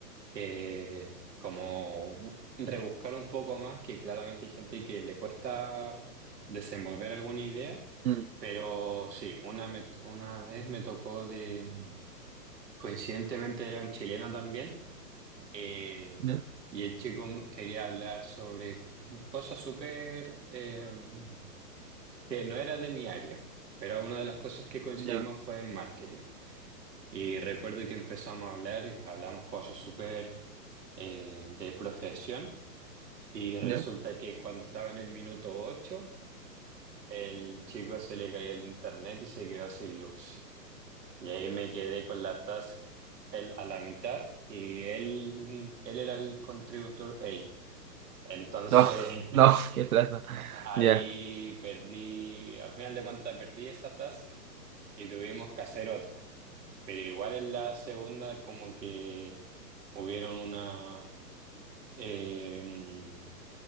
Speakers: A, on the right; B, on the right.
A: que como bu- rebuscar un poco más, que claramente hay gente que le cuesta desenvolver alguna idea.
B: Mm,
A: Pero sí, una, me- una vez me tocó de, mm, coincidentemente era un chileno también, eh,
B: ya,
A: y el chico m- quería hablar sobre cosas súper eh, mm, que no era de mi área, pero una de las cosas que coincidimos
B: ya,
A: fue en marketing. Y recuerdo que empezamos a hablar y hablamos cosas súper eh, de profesión, y resulta
B: ya.
A: que cuando estaba en el minuto 8 el chico se le caía el internet y se quedó sin luz. Y ahí me quedé con la task él a la mitad y él, él era el contributor A. Entonces
B: No,
A: <laughs>
B: no, <laughs> qué plata.
A: ahí
B: Ya.
A: perdí, al final de cuentas perdí esa task y tuvimos que hacer otra. Pero igual en la segunda como que hubieron una... eh,